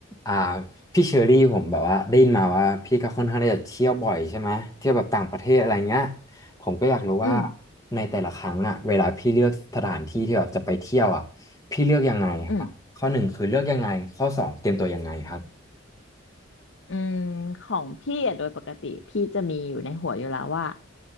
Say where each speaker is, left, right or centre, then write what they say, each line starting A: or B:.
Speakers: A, on the left; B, on the left.
A: อ่าพี่เชอรี่ผมแบบว่าได้ยินมาว่าพี่ก็ค่อนข้างที่จะเที่ยวบ่อยใช่ไหมเที่ยวแบบต่างประเทศอะไรเงี้ยผมก็อยากรู้ว่า
B: อืม
A: ในแต่ละครั้งอ่ะเวลาพี่เลือกสถานที่ที่แบบจะไปเที่ยวอ่ะพี่เลือกยังไงครับข้อหนึ่งคือเลือกยังไงข้อสองเตรียมตัวยังไงครับ
B: อืมอืมของพี่อะโดยปกติพี่จะมีอยู่ในหัวอยู่แล้วว่า